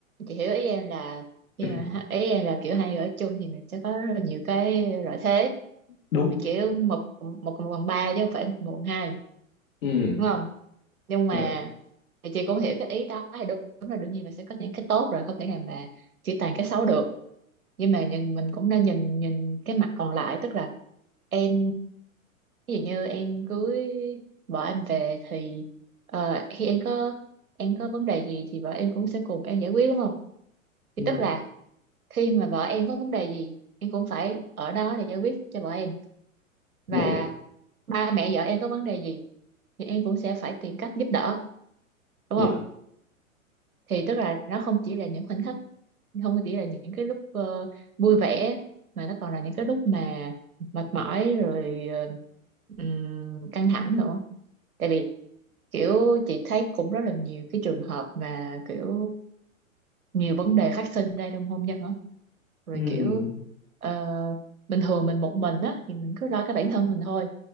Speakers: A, on the right (about 85°); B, on the left (about 65°).
A: chị hiểu ý em là khi
B: <clears throat>
A: mà ha- ý em là kiểu hai người ở chung thì mình sẽ có rất là nhiều cái lợi thế
B: đúng
A: mình kiểu một một cộng một bằng ba chứ không phải một bằng hai
B: ừ
A: đúng không nhưng mà
B: dạ
A: thì chị cũng hiểu cái ý đó thì đúng, đúng là đương nhiên là sẽ có những cái tốt rồi không thể nào mà chỉ toàn cái xấu được nhưng mà nhìn mình cũng nên nhìn nhìn cái mặt còn lại tức là em ví dụ như em cưới vợ em về thì ờ, khi em có em có vấn đề gì thì vợ em cũng sẽ cùng em giải quyết đúng không thì
B: ừ
A: tức là khi mà vợ em có vấn đề gì em cũng phải ở đó để giải quyết cho vợ em và
B: dạ dạ
A: ba mẹ vợ em có vấn đề gì thì em cũng sẽ phải tìm cách giúp đỡ đúng
B: dạ
A: không thì tức là nó không chỉ là những khoảnh khắc không chỉ là những cái lúc ờ, vui vẻ mà nó còn là những cái lúc mà mệt mỏi rồi ờ, ừm, căng thẳng nữa tại vì kiểu chị thấy cũng rất là nhiều cái trường hợp mà kiểu nhiều vấn đề phát sinh ra trong hôn nhân á rồi
B: ừ
A: kiểu ờ, bình thường mình một mình á thì mình cứ lo cái bản thân mình thôi